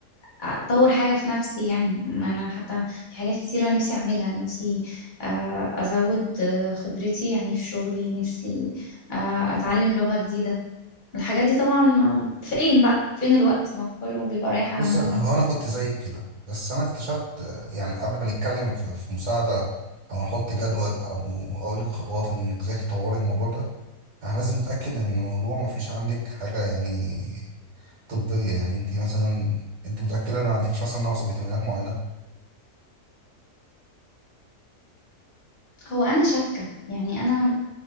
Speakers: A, on the left; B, on the right.
A: اطور حاجه في نفسي يعني ما انا حتى في حاجات كتيره نفسي اعملها نفسي آه، ازود آه، خبرتي يعني في شغلي نفسي آه، اتعلم لغه جديده الحاجات دي طبعا ما- فين بقى فين الوقت ما كله بيبقى رايح على
B: بص
A: النوم
B: هو انا كنت زيك كده بس انا اكتشفت آه، يعني قبل ما نتكلم في في مساعده او نحط جدول او اقول لك خطوات انك ازاي تطوري الموضوع ده احنا لازم نتاكد ان الموضوع ما فيش عندك حاجه يعني طبيه يعني انت مثلا انت متاكده ان ما عندكيش مثلا نقص فيتامينات معينه
A: هو انا شاكه يعني انا